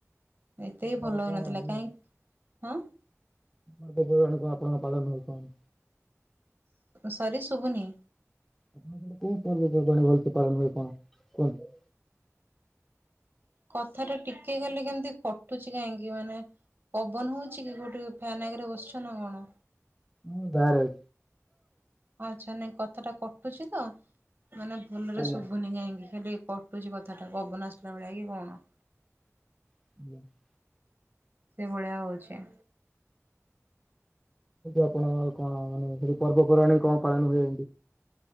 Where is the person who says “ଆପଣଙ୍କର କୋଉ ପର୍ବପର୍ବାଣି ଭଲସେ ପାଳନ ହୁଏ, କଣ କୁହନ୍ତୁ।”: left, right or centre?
Centre